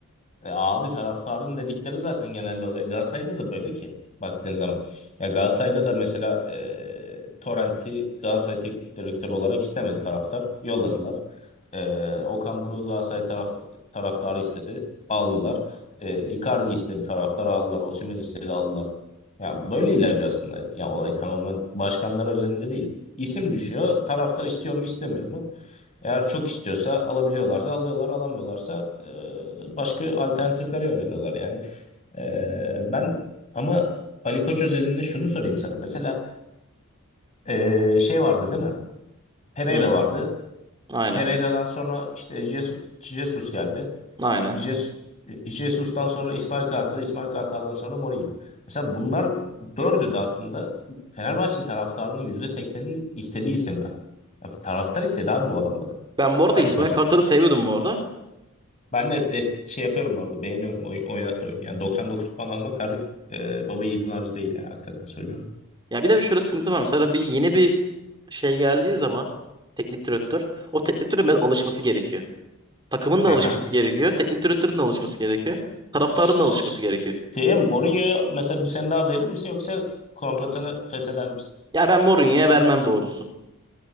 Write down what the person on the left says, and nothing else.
E, abi taraftarın dedikleri zaten genelde oluyor. Galatasaray'da da böyle ki baktığın zaman. Ya Galatasaray'da da mesela e, Torrent'i Galatasaray teknik direktörü olarak istemedi taraftar. Yolladılar. E, Okan Buruk'u Galatasaray taraf taraftarı istedi. Aldılar. E, Icardi istedi taraftar aldılar. Osimhen istedi aldılar. Ya böyle ilerliyor aslında. Ya olay tamamen başkanlar özelinde değil. İsim düşüyor. Taraftar istiyor mu istemiyor mu? Eğer çok istiyorsa alabiliyorlarsa alıyorlar, alamıyorlarsa e, başka alternatiflere yöneliyorlar yani. E, ben ama Ali Koç özelinde şunu sorayım sana. Mesela e, şey vardı değil mi? Pereira
vardı.
Pereira'dan sonra işte Jesus, Jesus geldi.
Jesus, Jesus'tan sonra İsmail Kartal, İsmail Kartal'dan sonra Mourinho. Mesela bunlar dördü de aslında Fenerbahçe taraftarının yüzde seksenin istediği isimler. Ya taraftar istedi abi bu adamları.
Ali
Koç
Ben de test, şey yapıyorum bu arada beğeniyorum oy, oynat oyun. Yani 99 puan almak artık e, baba yiğidin harcı değil yani hakikaten söylüyorum.
Aha.
Ş-
Şeye Mourinho'ya mesela bir sene daha verir misin yoksa kontratını fesheder misin?